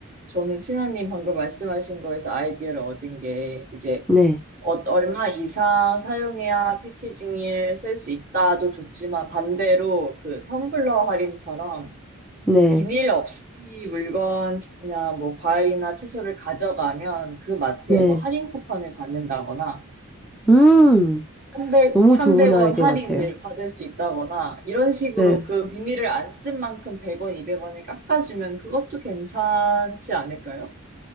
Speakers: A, on the right; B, in the centre.
A: 저는 티나님 방금 말씀하신 거에서 아이디어를 얻은 게 이제
B: 네,
A: 어- 얼마 이상 사용해야 패키징을 쓸 수 있다도 좋지만 반대로 그 텀블러 할인처럼
B: 네,
A: 비닐 없이 물건이나 뭐 과일이나 채소를 가져가면 그 마트에
B: 네.
A: 뭐 할인 쿠폰을 받는다거나
B: 음,
A: 300,
B: 너무
A: 300원
B: 좋은 아이디어
A: 할인을
B: 같아요.
A: 받을 수 있다거나 이런 식으로
B: 네.
A: 그 비닐을 안 쓴 만큼 100원, 200원을 깎아주면 그것도 괜찮지 않을까요?